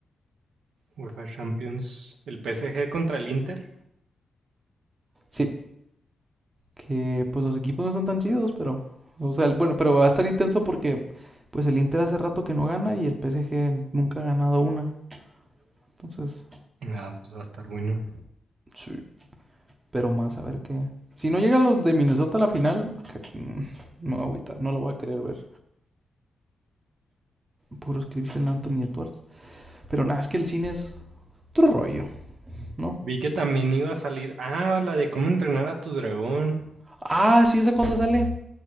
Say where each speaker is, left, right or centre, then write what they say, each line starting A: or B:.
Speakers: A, on the right; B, on the right.
A: UEFA Champions, el PSG contra el Inter.
B: Sí. Que pues los equipos no están tan chidos, pero... O sea, el- bueno, pero va a estar intenso porque pues el Inter hace rato que no gana y el PSG nunca ha ganado una. Entonces,
A: Ah, pues va a estar bueno.
B: Sí. Pero más, a ver qué. Si no llegan los de Minnesota a la final, que- mm, me voy a agüitar, no lo voy a querer ver. Puros clips del Anthony Edwards. Pero nada, es que el cine es otro rollo, ¿no?
A: Vi que también iba a salir. Ah, la de cómo entrenar a tu dragón.
B: Ah, sí, ¿esa cuándo sale?